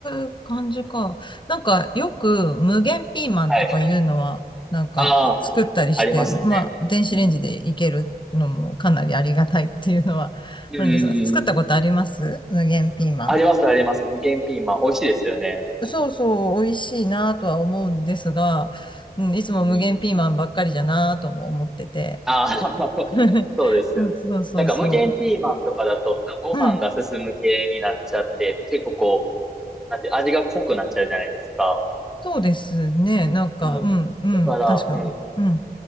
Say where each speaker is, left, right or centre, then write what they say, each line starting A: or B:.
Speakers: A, on the left; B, in the centre.
A: う感じか。なんか、よく無限ピーマンとかいうのは、
B: はい。
A: なんか、
B: ああ、
A: 作ったりして、
B: ありますね。
A: まあ、電子レンジでいけるのもかなりありがたいっていうのはあるんですが、
B: うん。うんうんうん。
A: 作ったことあります無限ピーマン。
B: あります、あります。無限ピーマン。美味しいですよね。
A: そうそう、美味しいなとは思うんですが、うん、いつも無限ピーマンばっかりじゃなとも思ってて。
B: うんうんうん。ああ
A: <laughs>
B: そうですよね。
A: うんそうそうそう。
B: なんか無限ピーマンとかだと、ご飯が進む系になっちゃって、
A: うん。
B: 結構こう、なんて、味が濃くなっちゃうじゃないですか。
A: そうですね。なんか、
B: うん。
A: うん、うん、
B: だから、
A: 確かに。
B: うん。
A: うん、